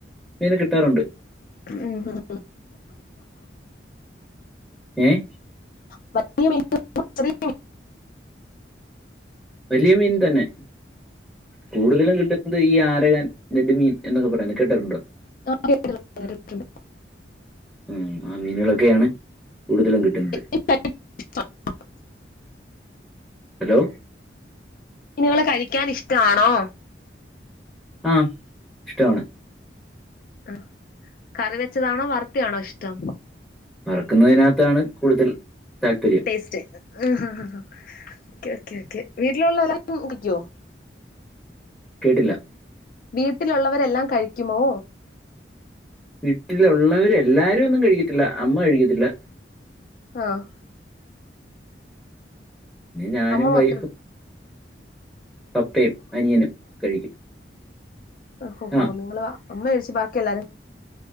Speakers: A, in the centre; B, on the left.
A: മീനെ കിട്ടാറുണ്ട്
B: ഉം ഉം
A: ഏഹ്
B: <unintelligible>
A: വല്യ മീൻ തന്നെ കൂടുതലും കിട്ടുന്നത് ഈ ആരകൻ നെഡ്മീൻ എന്നൊക്കെ പറയുന്നത കേട്ടിട്ടുണ്ടോ
B: <unintelligible>
A: ഉം ആ മീനുകളൊക്കെയാണ് കൂടുതലും കിട്ടുന്നത്
B: <unintelligible>
A: ഹലോ
B: മീനുങ്ങൾ കഴിക്കാൻ ഇഷ്ടാണോ
A: ആഹ് ഇഷ്ടവാണ്
B: അഹ് കറി വെച്ചതാണോ വറുത്തെ യാണോ ഇഷ്ടം
A: വറക്കുന്നതിനകത്താണ് കൂടുതൽ താല്പര്യം
B: ടേസ്റ്റ് ഓഹ് ഓക്കെ ഓക്കെ വീട്ടിലുള്ള എല്ലാം പിക്കോ
A: കേട്ടില്ല
B: വീട്ടിലുള്ളവരെല്ലാം കഴിക്കുമോ
A: വീട്ടിലുള്ളവര് എല്ലാരും ഒന്നും കഴിക്കത്തില്ല അമ്മ കഴിക്കത്തില്ല
B: ആഹ്
A: ഞാനും
B: അമ്മ
A: വൈ
B: മാത്രം
A: പപ്പയും അനിയനും കഴിക്കും
B: ഓഹ്
A: ആ
B: ഓഹ് നിങ്ങള് അമ്മ കഴിച്ച് ബാക്കി എല്ലാരും